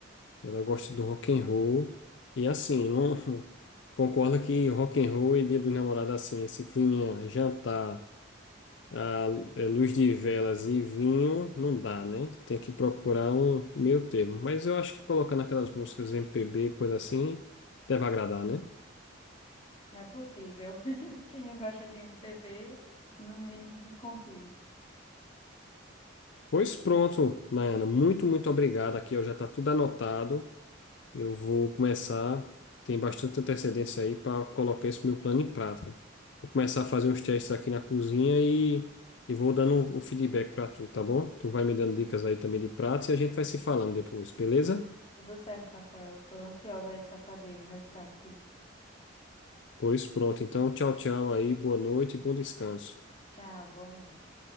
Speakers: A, on the left; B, on the left.
A: Ela gosta do rock and roll. E assim, não <laughs> concorda que rock and roll e Dia dos Namorados assim, esse clima jantar A é, luz de velas e vinho não dá, né? Tem que procurar um, um meio termo. Mas eu acho que colocando aquelas músicas MPB, coisa assim, deve agradar, né?
B: Não é possível. <laughs> Quem não gosta de MPB, no mínimo desconfia.
A: Pois pronto, Nayana. Muito, muito obrigado. Aqui ó, já está tudo anotado. Eu vou começar. Tem bastante antecedência aí para colocar esse meu plano em prática. Vou começar a fazer uns testes aqui na cozinha e, e vou dando o feedback para tu, tá bom? Tu vai me dando dicas aí também de pratos e a gente vai se falando depois, beleza?
B: Tudo certo, Rafael. Tô ansiosa aí pra saber o resultado disso.
A: Pois pronto. Então, tchau, tchau aí. Boa noite e bom descanso.
B: Tchau, boa noite.